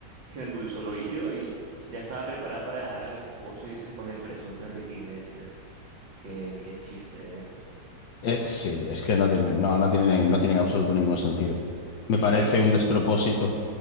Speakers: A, on the right; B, on the left.
A: que le endulzó el oído ya estaba preparada para dejar al esposo e irse con el presunto Enrique Iglesias. Qué, qué chiste, ¿eh?
B: Eh, sí, es que no tiene, no, no tiene, no tiene en absoluto ningún sentido. Me parece
A: Hay un-
B: un despropósito.